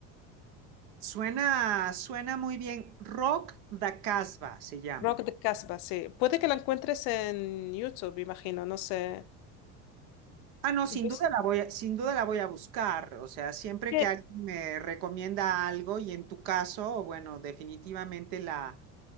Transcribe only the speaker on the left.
Rock de Casbah, sí. Puede que la encuentres en YouTube, imagino, no sé.
Pues,
que-